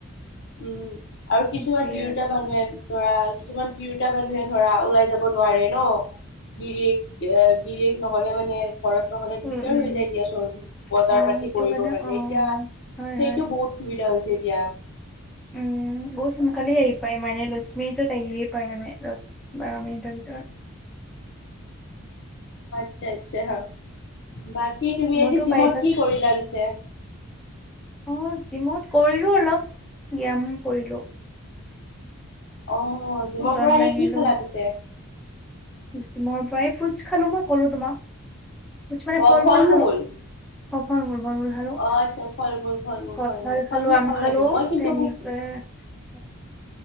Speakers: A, on the left; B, in the centre.
A: উম' আৰু কিছুমান
B: সেইটোৱে
A: তিৰোতা
B: আৰু
A: মানুহে ধৰা কিছুমান তিৰোতা মানুহে ধৰা ওলাই যাব নোৱাৰে নহ। গিৰিয়েক, অ গিৰিয়েক নহ'লে মানে ঘৰত নহ'লে
B: উম
A: দিগদাৰ
B: উম
A: হৈ যায় দিয়াচোন, বজাৰ
B: অ
A: পাতি
B: সেইটো
A: কৰিবৰ কাৰণে।
B: অ অ
A: এতিয়া সেইটো
B: হয় হয়
A: বহুত সুবিধা হৈছে এতিয়া।
B: উম' বহুত সোনকালে আহি পায়, ইমানে লৈছে। মিনিটত আহিয়ে পায় মানে, আৰু বাৰ মিনিটৰ ভিতৰত
A: আচ্ছা-আচ্ছা হা। বাকী তুমি
B: মইতো
A: আজি জিমত
B: পাই ফাৰ্ষ্ট
A: কি কৰিলা পিছে?
B: অ, জিমত কৰিলোঁ অলপ, ব্যায়াম কৰিলোঁ।
A: অ, জিমৰ
B: ওজন
A: পৰা
B: দাঙিলো
A: আহি কি খালা পিছে?
B: জিমৰ পৰা‌ এই ফ্ৰুটচ খালোঁ মই কলোঁ তোমাক। কিছুমান মানে
A: অ
B: ফল-মূল
A: ফল
B: খালোঁ।
A: মূল
B: অ, ফল-মূল। ফল-মূল খালোঁ,
A: অ', আচ্ছা ফল মূল ফল মূল
B: কঁঠাল
A: ফল মূল ফল
B: খালোঁ,
A: মূল
B: আম
A: খাব
B: খালোঁ
A: লাগে মই কিন্তু
B: তেনেকা উ <inaudible>